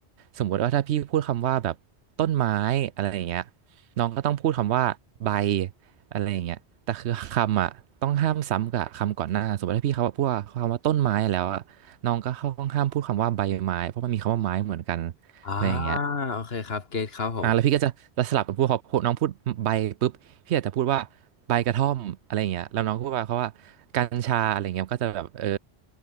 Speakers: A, on the right; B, on the left.
A: สมมติว่าถ้าพี่พูดคำว่าแบบต้นไม้อะไรอย่างเงี้ยน้องก็ต้องพูดคำว่าใบอะไรอย่างเงี้ยแต่คือคำอ่ะต้องห้ามซ้ำกับคำก่อนหน้าสมมติถ้าพี่เขาพูดว่าคำว่าต้นไม้แล้วอ่ะ น้องก็เข้าห้องห้ามพูดคำว่าใบไม้เพราะมันมีคำว่าไม้เหมือนกัน
B: อ่า
A: อะไรอย่างเงี้ย
B: โอเคครับเกตครับผม
A: อ่าแล้วพี่ก็จะจะสลับกันพูดเขาพูดน้องพูดใบปุ๊บพี่อาจจะพูดว่าใบกระท่อมอะไรอย่างเงี้ยแล้วน้องก็พูดว่าเขาว่ากัญชาอะไรเงี้ยมันก็จะแบบเออ